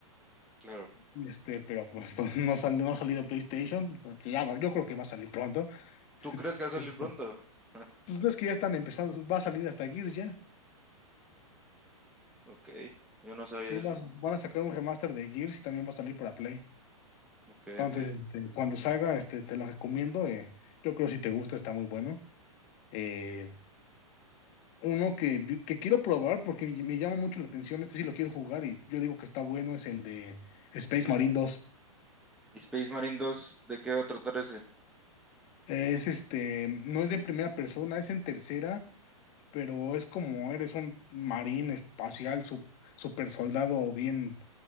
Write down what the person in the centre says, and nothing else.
claro.
¿Tú crees que va a salir
pronto? <laughs>
Ok, yo no sabía
eso.
Ok,
ok.
¿Y Space Marine dos, de qué va a tratar ese?